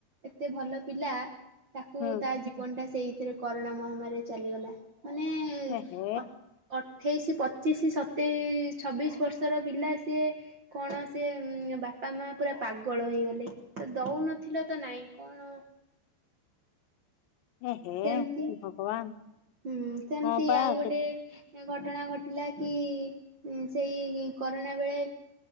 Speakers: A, on the right; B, on the left.
A: ଏତେ ଭଲ ପିଲା। ତାକୁ
B: ହୁଁ
A: ତା ଜୀବନ ଟା ସେଇଥିରେ କରୋନା ମହାମାରୀରେ ଚାଲିଗଲା ମାନେ
B: ଏହେ
A: ଅଟ ଅଟ ଅଠେଇସି, ପଚିଶି, ସତେଇସ, ଛବିଶ ବର୍ଷ ର ପିଲା ସିଏ କଣ ସିଏ ଉମ ବା ତା ମା ପୁରା ପାଗଳ ହେଇଗଲେ। ତ ଦଉନଥିଲ ତ ନାଇଁ କଣ?
B: ଏହେ
A: ସେମତି
B: ଭଗବାନ
A: ହୁଁ ସେମିତି
B: ହଁ ପା
A: ଆଉ ଗୋଟେ
B: କେ
A: ଘଟଣା ଘଟିଲା କି ଉମ ସେଇ କରୋନା ବେଳେ